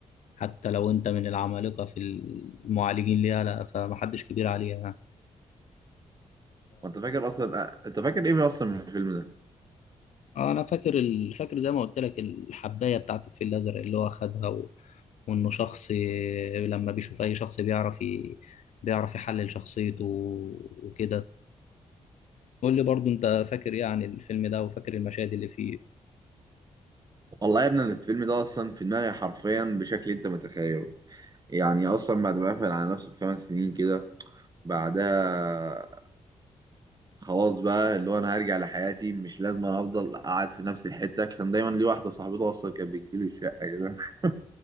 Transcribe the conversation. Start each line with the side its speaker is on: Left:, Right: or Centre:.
Left: حتى لو انت من العمالقه في المعالجين ليها لا فمحدش كبير عليها
Right: وانت فاكر اصلا آه، انت فاكر ايه اصلا من الفيلم ده
Left: آه، انا فاكر ال... فاكر زي ما قلت لك الحبايه بتاعت الفيل الازرق اللي هو خدها و... وانه شخص لما بيشوف اي شخص بيعرف ي... بيعرف يحلل شخصيته وكده قول لي برضو انت فاكر ايه عن الفيلم ده وفاكر المشاهد اللي فيه
Right: والله يا ابني أنا الفيلم ده اصلا في دماغي حرفيا بشكل انت متخيله يعني اصلا بعد ما قفل على نفسه بخمس سنين كده بعدها خلاص بقى اللي هو انا هرجع لحياتي مش لازم أنا افضل قاعد في نفس الحته كان دايما ليه واحده صاحبته اصلا كانت بتجيله الشقه كده <laughs>